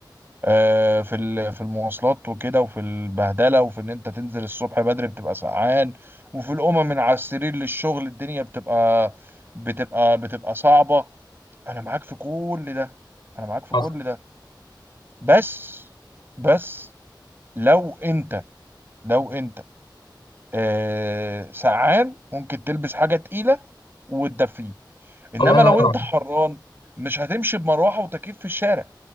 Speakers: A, on the right; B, on the left.
A: آه، في ال- في المواصلات وكده وفي البهدله وفي ان انت تنزل الصبح بدري بتبقى سقعان وفي الامم من على السرير للشغل الدنيا بتبقى بتبقى بتبقى صعبه انا معاك في كل ده انا معاك في كل
B: حصل
A: ده بس بس لو انت لو انت آه سقعان ممكن تلبس حاجه تقيله وتدفيه انما
B: الله ينور
A: لو انت
B: عليك
A: حران مش هتمشي بمروحه وتكييف في الشارع